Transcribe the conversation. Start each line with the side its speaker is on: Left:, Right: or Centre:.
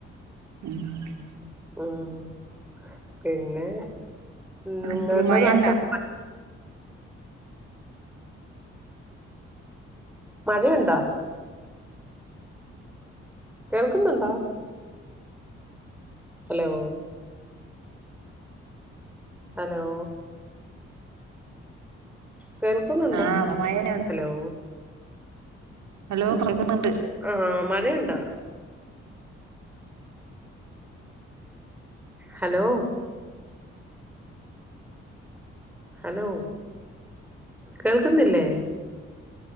Right: ഉഹ്
Centre: ഉം പിന്നെ നിങ്ങളുടെ
Right: നാട്ടില് മഴണ്ടാ
Centre: നാട്ടിലൊക്കെ മഴയുണ്ടോ? കേൾക്കുന്നുണ്ടോ? Hello hello. കേൾക്കുന്നുണ്ടോ
Right: ആഹ് മഴന്നെ
Centre: ഹലോ
Right: ഹലോ കേക്കുന്നുണ്ട്.
Centre: ആഹ് മഴയുണ്ടോ? ഹലോ ഹലോ കേൾക്കുന്നില്ലേ?